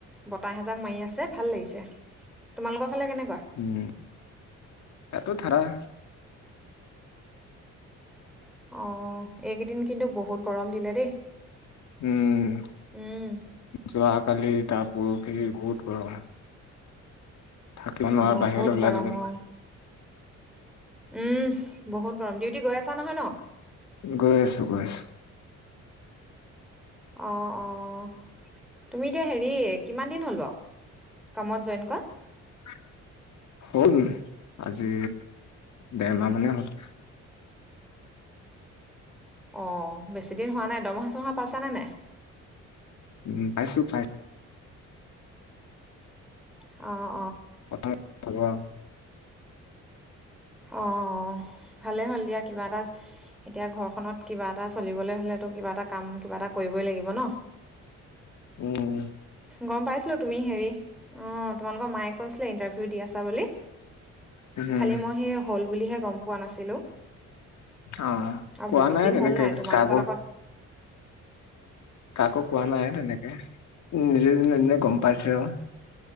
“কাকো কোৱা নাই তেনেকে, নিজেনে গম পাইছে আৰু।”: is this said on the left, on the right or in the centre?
Left